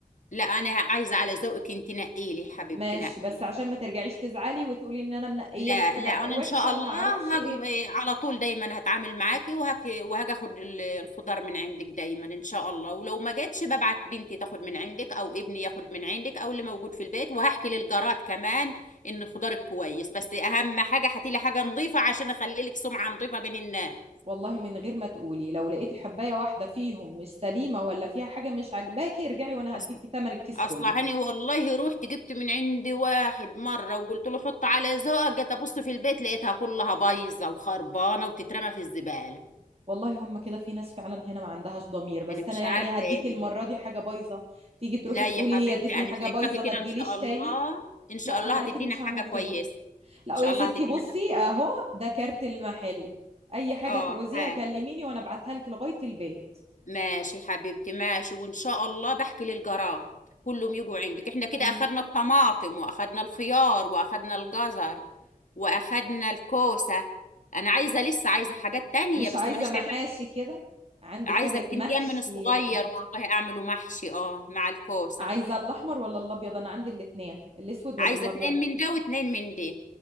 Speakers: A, on the left; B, on the right.
A: لا أنا عايزة على ذوقك انت نقي لي حبيبتي
B: ماشي
A: نقي
B: بس
A: نعم.
B: عشان ما ترجعيش تزعلي وتقولي ان انا منقيه
A: لا
B: لك حاجه
A: لا
B: ح-
A: انا
B: وحشه
A: ان شاء الله
B: وما اعرفش ايه
A: هاجي على طول دايما هتعامل معاكي وهاجي وهاجي اخد ال- الخضار من عندك دايما ان شاء الله ولو ما جاتش ببعت بنتي تاخد من عندك او ابني ياخد من عندك او اللي موجود في البيت وهحكي للجارات كمان ان الخضار كويس بس اهم حاجه هاتي لي حاجه نظيفه عشان اخلي لك سمعه نظيفه بين الناس
B: والله من غير ما تقولي لو لقيتي حبايه واحده فيهم مش سليمه ولا فيها حاجه مش عاجباكي ارجعي وانا
A: اصل
B: هديكي تمن الكيس
A: اصلا
B: كله
A: هاني والله رحت جبت من عندي واحد مره وقلت له حط على ذوقك جيت ابص في البيت لقيتها كلها بايظه وخربانه وتترمى في الزباله
B: والله هم كده في ناس فعلا هنا ما عندهاش ضمير بس
A: انا مش
B: انا يعني
A: عارفه
B: هديك
A: ايه
B: المرة
A: دي
B: دي حاجة بايظة تيجي تروحي
A: لا
B: تقولي
A: يا حبيبتي
B: هي ادتني
A: انا
B: حاجة
A: شايفاكي
B: بايظة
A: كده
B: ما تجيليش
A: ان شاء الله
B: تاني
A: ان شاء
B: لا
A: الله
B: انا
A: هتدينا
B: اكيد مش
A: حاجه
B: هعمل
A: كويسه
B: كده لا
A: ان شاء
B: يا ستي
A: الله هتدينا
B: بصي
A: حاجة.
B: اهو ده كارت المحل اي حاجة
A: اه
B: تعوزيها
A: حاجه
B: كلميني وانا ابعتها لك لغاية البيت
A: ماشي حبيبتي ماشي وان شاء الله بحكي للجراح كلهم يجوا عندك احنا كده
B: م-
A: اخدنا الطماطم واخدنا الخيار واخدنا الجزر واخدنا الكوسه انا عايزه لسه عايزه حاجات تانية
B: مش
A: بس
B: عايزة
A: مانيش
B: محاشي
A: شايفه
B: كده عندي
A: عايزه
B: حاجة
A: بتنجان
B: محشي
A: من الصغير
B: يعني
A: والله اعمله محشي اه مع الكوسه
B: عايزة الاحمر ولا الابيض انا عندي الاتنين الاسود ولا
A: عايزه
B: الابيض
A: اتنين من ده واتنين من ده